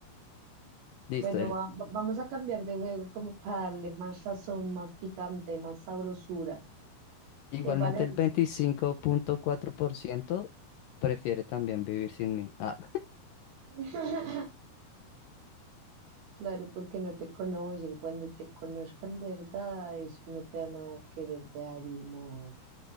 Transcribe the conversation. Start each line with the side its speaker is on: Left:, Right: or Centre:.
Left: Listo,
Right: Bueno,
Left: el-
Right: va- va- vamos a cambiar de juego como para darle más sazón, más picante, más sabrosura.
Left: igualmente
Right: ¿Te parece?
Left: el veinticinco punto cuatro por ciento prefiere también vivir sin mí. Ah,
Right: <laughs> Claro, porque no te conocen. Cuando te conozcan de verdad, eso no te van a querer dejar ir, amor.